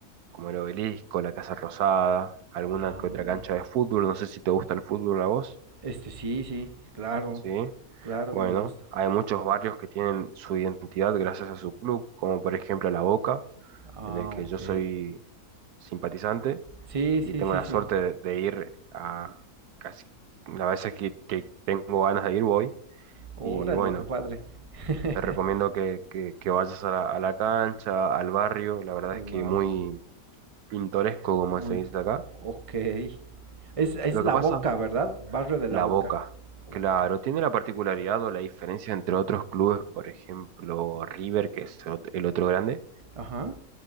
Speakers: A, on the right; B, on the right.
A: como el Obelisco, la Casa Rosada, alguna
B: Ah,
A: que otra cancha de fútbol. No sé si te gusta el fútbol a vos.
B: este sí, sí, claro,
A: Sí,
B: claro,
A: bueno,
B: me gusta.
A: hay muchos barrios que tienen su identidad gracias a su club, como por ejemplo La Boca,
B: Ah,
A: en el que
B: ok.
A: yo soy simpatizante
B: Sí,
A: y
B: sí,
A: tengo
B: sí,
A: la
B: sí.
A: suerte de, de ir a casi las veces que, que tengo ganas de ir voy.
B: Órale,
A: Y bueno,
B: qué padre. <laughs>
A: te recomiendo que, que- que vayas a la, a la cancha, al barrio, la verdad
B: Al
A: es que
B: barrio.
A: muy pintoresco, como
B: Muy...
A: se dice acá.
B: Ok. Es, es
A: Lo
B: La
A: que pasa
B: Boca, ¿verdad? Barrio de
A: La
B: La Boca.
A: Boca, claro,
B: Ok.
A: tiene la particularidad o la diferencia entre otros clubes, por ejemplo, River, que es el ot- el otro grande,
B: Ajá.